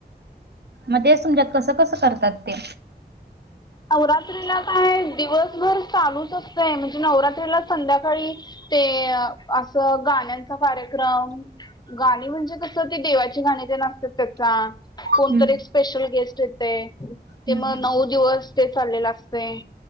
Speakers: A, on the right (about 80°); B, on the left (about 25°).
A: मग तेच तुमच्यात कसं कसं करतात ते.
B: नवरात्रीला काय दिवसभर चालूच असतय म्हणजे नवरात्रीला संध्याकाळी ते असं गाण्यांचा कार्यक्रम, गाणी म्हणजे कसं ते देवाची गाणी तेन असतात त्याचा कोणतरी
A: हम्म
B: एक स्पेशल गेस्ट येतय, ते
A: हम्म
B: मग
A: हम्म
B: नऊ दिवस ते चाललेलं असतय.